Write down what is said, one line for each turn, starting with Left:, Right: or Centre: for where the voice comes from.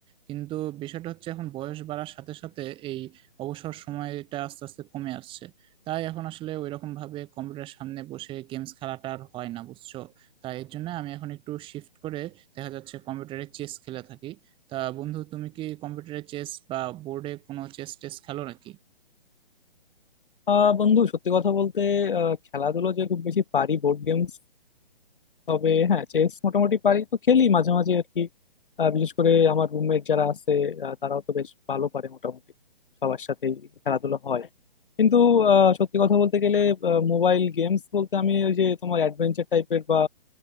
Right: কিন্তু বিষয়টা হচ্ছে এখন বয়স বাড়ার সাথে সাথে এই অবসর সময়টা আস্তে আস্তে কমে আসছে তাই এখন আসলে ওইরকম ভাবে কম্পিউটার সামনে বসে গেমস খেলাটা আর হয় না বুঝছো তাই এর জন্য আমি এখন একটু শিফট করে দেখা যাচ্ছে কম্পিউটারে চেস খেলে থাকি তা বন্ধু তুমি কি কম্পিউটারে চেস বা বোর্ডে কোনো চেস টেস খেলো নাকি
Left: আহ বন্ধু সত্যি কথা বলতে আহ, খেলাধুলো যে খুব বেশি পারি বোর্ড গেমস তবে হ্যাঁ চেস মোটামুটি পারি তো খেলি মাঝে মাঝে আর কি আহ, বিশেষ করে আমার রুমমেট যারা আছে আহ, তারাও তো বেশ ভালো পারে মোটামুটি সবার সাথেই খেলাধুলা হয় কিন্তু আহ, সত্যি কথা বলতে গেলে মোবাইল গেমস বলতে আমি ওই যে তোমার অ্যাডভেঞ্চার টাইপের বা